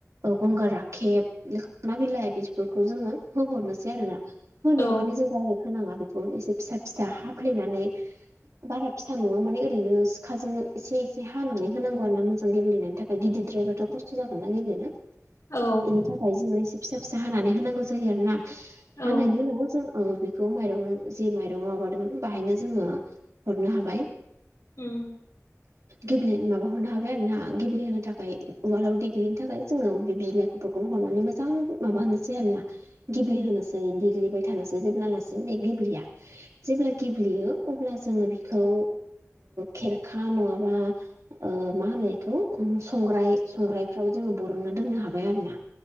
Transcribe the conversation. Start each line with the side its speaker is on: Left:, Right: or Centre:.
Right: गंगार राखेब खा बिलाइ बेफोरखौ जोङो होहरनोसै आरो ना। होनाया
Left: औ
Right: माने जों डायरेक्ट होनाङा बेखौ एसे फिसा फिसा हाफ्लेनानै बारा फिसा नङा माने ओरैनो सिखाजों एसे एसे हानानै होनांगौ आर ना मोजां गेब्लेनायनि थाखाय गिदिरद्रायबाथ' खस्थ जागोन। अ ग बेनो
Left: औ
Right: जसे फिसा फिसा हानानै होनांगौ जायो आरोोना हानायनि
Left: औ
Right: उनाव जों बेखौ माइरं जि माइरं माबादों बेाहायनो जोङो हरनो हाबाय
Left: उम
Right: गेब्ले माबा हरनो हाबाय आरो ना गेब्लेहोनो थाखाय उवालाव देग्लिनो थाखाय जोङो बि बिदिनो फोरखौ हरनानै मोजां माबा होनोसै आरो ना गेब्लेहोसै
Left: उम
Right: जै देग्लिबाय थानोसै जेब्लालासिम बे गेब्लेया जेब्ला गेब्लेयो अब्ला जोङो बिखौ खेरखा नङाबा मा होनो बेखौ संग्राय संग्रायफ्राव जोङो बरनना दोननो हाबाय आरोना।